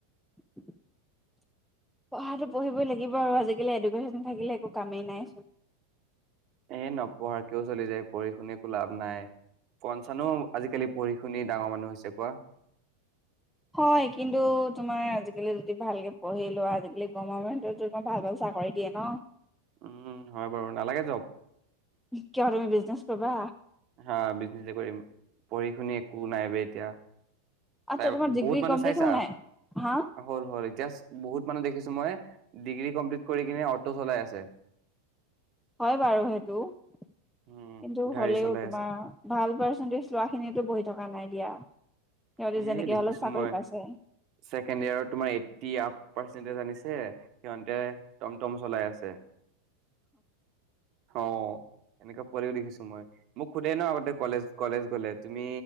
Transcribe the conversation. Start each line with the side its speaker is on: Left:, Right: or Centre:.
Centre: <unintelligible> পঢ়াটো পঢ়িবই লাগিব আৰু আজিকালি এডুকেশ্যন থাকিলে একো কামেই নাই
Right: এ নপঢ়াকেও চলি যায় পঢ়ি শুনি একো লাভ নাই কোন চানো আজিকালি পঢ়ি শুনি ডাঙৰ মানুহ হৈছে কোৱা
Centre: হয় কিন্তু তোমাৰ আজিকালি যদি ভালকে পঢ়ি লোৱা আজিকালি গৰমেন্টত তোমাৰ ভাল ভাল চাকৰি দিয়ে ন
Right: উম হয় বাৰু নালাগে জব।
Centre: কিয় তুমি বিজনেছ কৰিবা।
Right: হা বিজনেচ কৰিম পঢ়ি শুনি একো নাই বে এতিয়া
Centre: আচ্ছা
Right: চাই
Centre: তোমাৰ ডিগ্ৰী
Right: বহুত মানুহ
Centre: কমপ্লিট
Right: চাইছা
Centre: হ'ল নাই হা
Right: হল হল এতিয়া বহুত মানুহ দেখিছো মই ডিগ্ৰী কমপ্লিট কৰি কিনে অট চলাই আছে
Centre: হয় বাৰু সেইটো কিন্তু
Right: উম গাড়ী
Centre: হলেও
Right: চলাই
Centre: তোমাৰ
Right: আছে
Centre: ভাল পাৰ্চেন্টেজ লোৱা খিনিটো বহি থকা নাই দিয়া সিহঁতি
Right: এ
Centre: যেনেকে
Right: দেখিছো
Centre: হ'লেও চাকৰি
Right: মই
Centre: পাইছে।
Right: ছেকেণ্ড ইয়াৰ তোমাৰ এইটটি আপ পাৰ্চন্টেজ আনিছে ছে সিহঁতে টম টম চলাই আছে। অ মেকাপ পঢিও দেখিছো মই মোক সোধে ন আগতে কলেজ কলেজ গলে তুমি